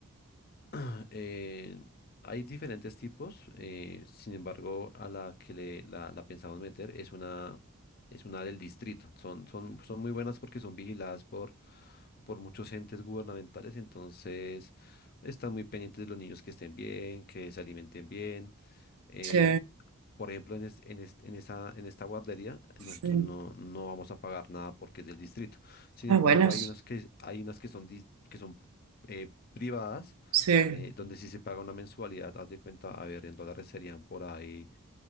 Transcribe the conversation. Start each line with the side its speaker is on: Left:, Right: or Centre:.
Left: <clears throat> Eh, hay diferentes tipos, eh, sin embargo, a la que le, la, la pensamos meter es una, es una del distrito. Son, son, son muy buenas porque son vigiladas por, por muchos entes gubernamentales, entonces están muy pendientes de los niños que estén bien, que se alimenten bien. Eh,
Right: Sí,
Left: por ejemplo, en, es- en, est- en esa, en esta guardería, nosotros
Right: sí.
Left: no, no vamos a pagar nada porque es del distrito. Sin
Right: Ah,
Left: embargo,
Right: buenas.
Left: hay unas que, hay unas que son, dis- que son eh, privadas,
Right: Sí.
Left: eh, donde sí se paga una mensualidad. Haz de cuenta, a ver, en dólares serían por ahí